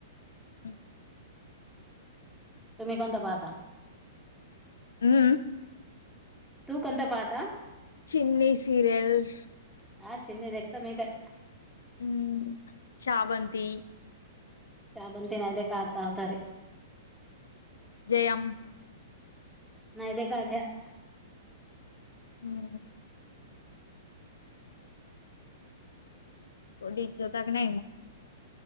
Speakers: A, on the left (about 85°); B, in the centre.
A: ह
B: तुम्ही कोणत पाहता?
A: अ हं
B: तू कोणता पाहता?
A: चिनी सिरयल.
B: हा चिनी देखता मे काय.
A: हं छावनती.
B: छावनती नाही देखा हाता होता रे.
A: जयाम?
B: नाही देख आठ्या. <inaudible>
A: हम्म, को डीक जात का नाही मग <inaudible>